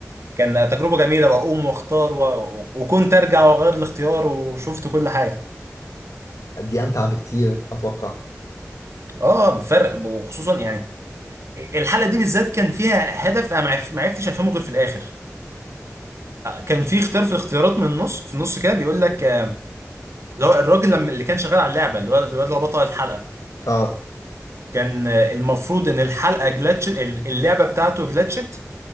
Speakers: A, on the right; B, on the left.
A: كان تجربه جميله واقوم واختار و... و- وكنت ارجع واغير الاختيار وشفت كل حاجه
B: دي أمتع بكتير أتوقع
A: اه بفرق وخصوصا يعني الحلقه دي بالذات كان فيها هدف انا ما عرف- ما عرفتش افهمه غير في الاخر كان في اختيار في الاختيارات من النص في النص كده بيقول لك آه، اللي هو الراجل لما اللي كان شغال على اللعبه الواد الواد اللي هو بطل الحلقه
B: اه
A: كان آه، المفروض ان الحلقه جلتش ال- اللعبه بتاعته جلتشت